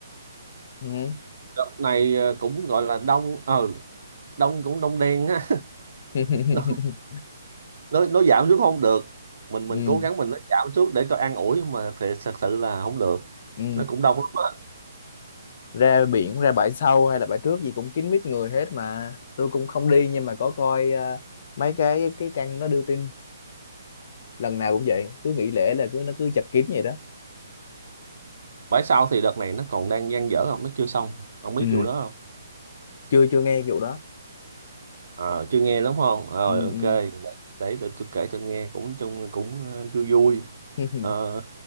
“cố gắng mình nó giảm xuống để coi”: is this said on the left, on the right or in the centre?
Right